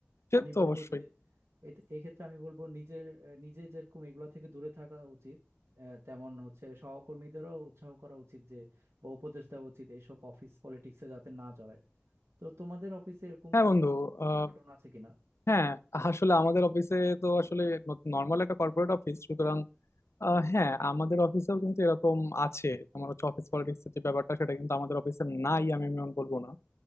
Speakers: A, on the left; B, on the right.
A: সে
B: আমি
A: তো
B: বলবো
A: অবশ্যই
B: যে এ- এই ক্ষেত্রে আমি বলবো নিজের আহ, নিজে যেরকম এগুলা থেকে দূরে থাকা উচিত আহ, তেমন হচ্ছে সহকর্মীদেরও উৎসাহ করা উচিত যে বা উপদেশ দেওয়া উচিত এইসব অফিস পলিটিক্সে যাতে না জড়ায় তো তোমাদের অফিসে এরকম
A: হ্যাঁ
B: কোনো
A: বন্ধু আহ,
B: ঘটনা আছে কিনা
A: হ্যাঁ আসলে আমাদের অফিসে তো আসলে নর্মাল একটা কর্পোরেট অফিস সুতরাং আহ, হ্যাঁ আমাদের অফিসেও কিন্তু এরকম আছে তোমার হচ্ছে অফিস পলিটিক্স এর যে ব্যাপারটা সেটা কিন্তু আমাদের অফিসে নাই আমি এমন বলবো না